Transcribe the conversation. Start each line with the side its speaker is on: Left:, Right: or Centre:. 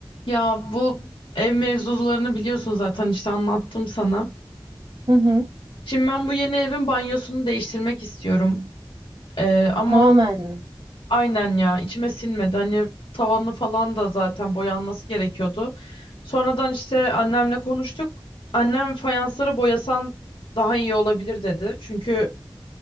Left: Ya bu ev mevzularını biliyorsun zaten işte anlattım sana.
Right: Hı hı.
Left: Şimdi ben bu yeni evin banyosunu değiştirmek istiyorum. Ee, ama
Right: Tamamen mi?
Left: aynen ya içime sinmedi. Hani tavanı falan da zaten boyanması gerekiyordu. Sonradan işte annemle konuştuk. Annem fayansları boyasan daha iyi olabilir dedi. Çünkü